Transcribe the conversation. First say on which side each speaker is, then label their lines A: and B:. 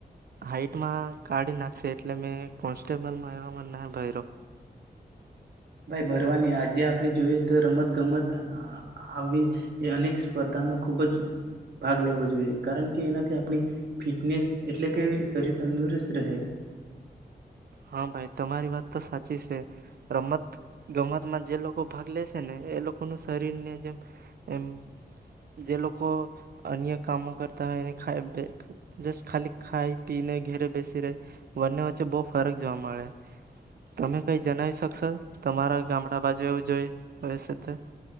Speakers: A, on the right; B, on the right.
A: હાઈટમાં કાઢી નાખશે એટલે મે કોન્સ્ટેબલમાં આવ ના ભર્યો.
B: ભાઈ ભરવાની આજે આપણે જોઈએ તો રમત ગમત આવી એ અનેક સ્પર્ધામાં ખૂબ જ ભાગ લેવો જોઈએ કારણ કે એનાથી આપણી ફિટનેસ એટલે કે શરીર તંદુરસ્ત રહે.
A: હા ભાઈ તમારી વાત તો સાચી છે રમત ગમતમાં જે લોકો ભાગ લેશે ને એ લોકોનું શરીર ને જેમ એમ જે લોકો અન્ય કામો કરતા હોય એને ખ જ ખાલી ખાઈ પીને ઘેરે બેસી રહે બંને વચ્ચે બહુ. ફરક જોવા મળે તમે કઈ જણાવ શકશો તમારા ગામડા બાજુ એવું જોઈ હોય છે.